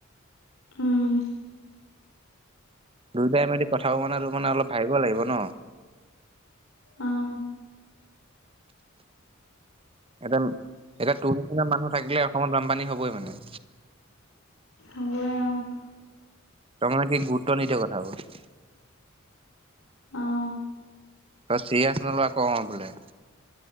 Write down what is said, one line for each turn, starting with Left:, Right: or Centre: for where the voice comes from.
Left: উম,
Right: দুইটাই মিলি কথাবোৰ মানে তোৰ মানে অলপ ভাবিব লাগিব ন।
Left: অ',
Right: এতিয়া এতিয়া তোৰ নিচিনা মানুহ থাকিলে অসমত বানপানী হবই মানে।
Left: হ'বয়ে অ'।
Right: তই মানে কি গুৰুত্ব নিদিয় কথা বোৰ।
Left: অ',
Right: তই চিৰিয়াচ নল'ৱ আকৌ অ' বোলে।